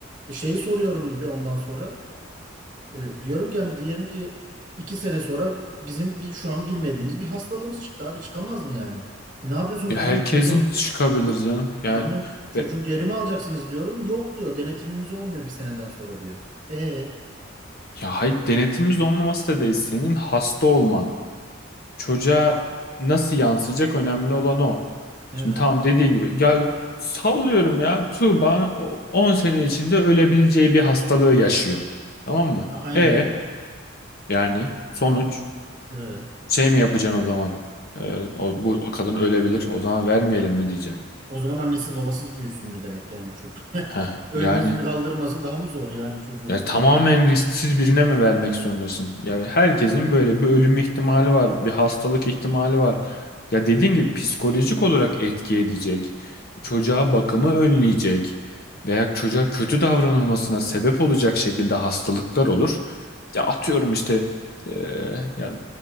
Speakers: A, on the right (about 40°); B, on the left (about 50°).
A: Şeyi soruyorum bir de ondan sonra. E, diyorum ki hani diyelim ki iki sene sonra bizim bir, şu an bilmediğimiz bir hastalığımız çıktı abi çıkamaz mı yani? E, ne yapıyorsunuz
B: Ya
A: o
B: herkesin
A: zaman çocuğu
B: çıkabilir
A: bu-
B: canım. Yani
A: aynen çocuğu
B: ve
A: geri mi alacaksınız diyorum. Yok diyor denetimimiz olmuyor bir seneden sonra diyor. E
B: ya hayır denetimimiz olmaması da değil. Senin hasta olman. çocuğa nasıl yansıyacak önemli olan o.
A: evet.
B: Şimdi tamam dediğin gibi ya sallıyorum ya Tuğba o- 10 sene içinde ölebileceği bir hastalığı yaşıyor. Tamam mı?
A: A- aynen.
B: E yani sonuç
A: Evet.
B: şey mi yapacaksın o zaman? Ee, o, bu kadın ölebilir o zaman vermeyelim mi diyeceksin?
A: O zaman annesiz babasız büyüsün mü demek yani bu çocuk?
B: Heh,
A: <laughs> Ölmesini
B: yani
A: kaldırması daha mı zor yani çocuğun?
B: Ya tamamen risksiz birine mi vermek zorundasın? Yani herkesin böyle bir ölüm ihtimali var, bir hastalık ihtimali var. Ya dediğim gibi psikolojik olarak etki edecek, çocuğa bakımı önleyecek veya çocuğa kötü davranılmasına sebep olacak şekilde hastalıklar olur. Ya atıyorum işte e, ya